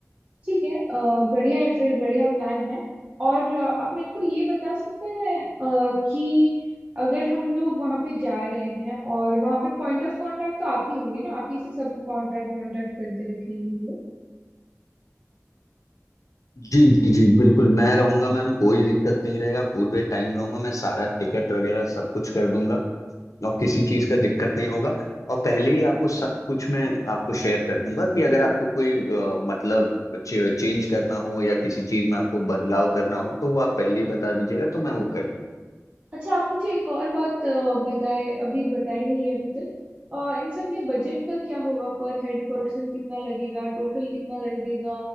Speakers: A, on the right (about 30°); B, on the left (about 85°).
A: ठीक है अ, बढ़िया है फिर बढ़िया प्लान है और अ, आप मेरे को ये बता सकते हैं अ, कि अगर हम लोग वहाँ पे जा रहे हैं और वहाँ पे पॉइंट ऑफ कांटेक्ट तो आप ही होंगे ना आप ही से सब कांटेक्ट वांटेक्ट करके रखेंगे हम लोग
B: जी जी जी बिल्कुल मैं रहूंगा मैम कोई दिक्कत नहीं रहेगा पूरे टाइम रहूंगा मैं सारा टिकट वगैरह सब कुछ कर दूंगा और किसी चीज का दिक्कत नहीं होगा और पहले ही आपको सब कुछ मैं आपको शेयर कर दूंगा कि अगर आपको कोई अ, मतलब चेंज करना हो या किसी चीज में आपको बदलाव करना हो तो वो आप पहले ही बता दीजिएगा तो मैं वो कर दूंगा
A: अच्छा आप मुझे एक और बात अ, बताए अभी बताई नहीं है अभी तक अ, इन सब में बजट का क्या होगा पर हेड पर्सन कितना लगेगा टोटल कितना लगेगा